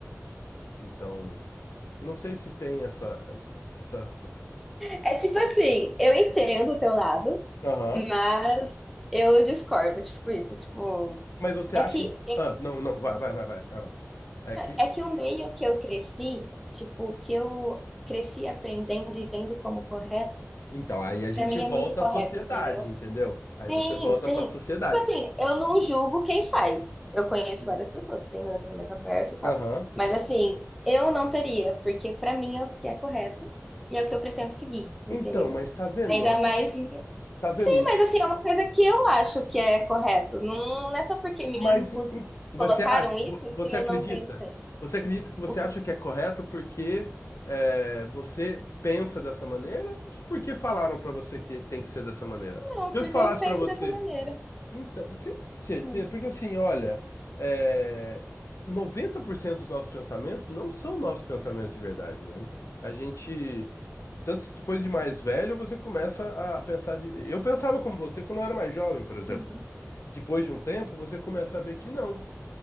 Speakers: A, on the left; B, in the centre.
A: Então, não sei se tem essa, essa, essa-
B: É tipo assim, eu entendo o teu lado,
A: Aham.
B: mas eu discordo, tipo isso, tipo,
A: Mas você
B: é
A: acha,
B: que
A: in-
B: é
A: ah, não, não, vai, vai, vai, vai. Ah, é aqui?
B: é que o meio que eu cresci, tipo, que eu cresci aprendendo e vendo como correto,
A: Então, aí a gente
B: pra mim
A: volta
B: é muito correto,
A: à sociedade,
B: entendeu?
A: entendeu? Aí
B: Sim,
A: você volta
B: sim.
A: para a sociedade.
B: Tipo assim, eu não julgo quem faz. Eu conheço várias pessoas que têm relacionamento aberto e tal.
A: Aham.
B: Mas assim, eu não teria, porque pra mim é o que é correto e é o que eu pretendo seguir, entendeu?
A: Então, mas tá vendo,
B: Ainda
A: a-
B: mais. Sim,
A: tá vendo isso?
B: mas assim, é uma coisa que eu acho que é correto. Não, não é só porque me
A: Mas
B: impus...
A: em- em- você
B: colocaram
A: acha,
B: isso
A: vo- você
B: que eu
A: acredita?
B: não pensei.
A: Você acredita que você
B: O quê?
A: acha que é correto porque é, você pensa dessa maneira ou porque falaram pra você que tem que ser dessa maneira?
B: Não,
A: Se eu
B: porque
A: te falasse
B: eu penso
A: pra você,
B: dessa maneira.
A: então, você tem certeza?
B: Hum,
A: Porque assim, olha, é, 90% dos nossos pensamentos não são nossos pensamentos de verdade, né? A gente, tanto que depois de mais velho, você começa a pensar de... Eu pensava como você quando eu era mais jovem, por exemplo
B: uhum,
A: depois de um tempo, você começa a ver que não